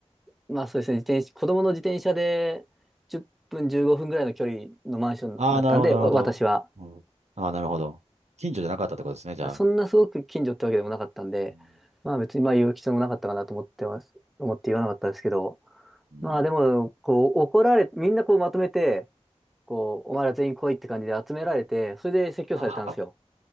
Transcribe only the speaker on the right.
ああ、なるほど、なるほど。
うん、ああ、なるほど。近所じゃなかったってことですね、じゃあ。
うん、
うん
ああ、